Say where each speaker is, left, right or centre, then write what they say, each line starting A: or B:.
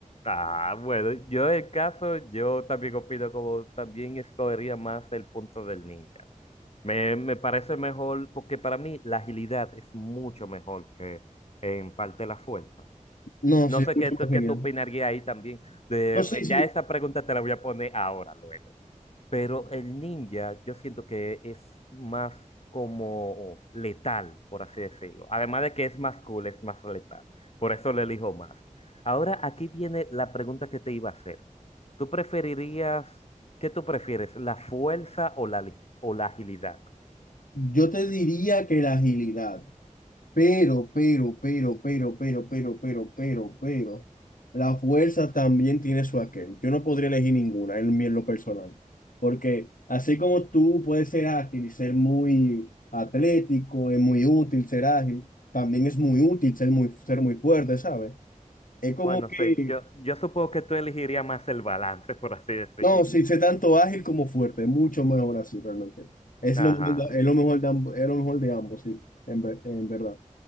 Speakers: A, on the left; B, on the left.
A: Ah, bueno, yo en caso, yo también opino como también escogería más el punto del ninja. Me, me parece mejor, porque para mí la agilidad es mucho mejor que en parte la fuerza.
B: No,
A: No
B: sí,
A: sé
B: es mucho
A: qué, tú-
B: más genial.
A: qué tú opinarías ahí también. De,
B: No, sí, sí,
A: ya esa pregunta te la voy a poner ahora, luego. Pero el ninja yo siento que es más como letal, por así decirlo. Además de que es más cool, es más letal. Por eso le elijo más. Ahora aquí viene la pregunta que te iba a hacer. ¿Tú preferirías, qué tú prefieres, la fuerza o la, li- o la agilidad?
B: yo te diría que la agilidad, pero, pero, pero, pero, pero, pero, pero, pero, pero, la fuerza también tiene su aquel. Yo no podría elegir ninguna en, mi- en lo personal, porque así como tú puedes ser ágil y ser muy atlético, es muy útil ser ágil, también es muy útil ser muy, ser muy fuerte, ¿sabes? Es como
A: Bueno,
B: que,
A: sí, yo, yo supongo que tú elegirías más el balance, por así decirlo.
B: no, sí, sé tanto ágil como fuerte, mucho mejor así realmente. Es
A: Ajá,
B: lo mejor de, es lo mejor de, amb- es lo mejor de ambos, sí, en, ver- en verdad.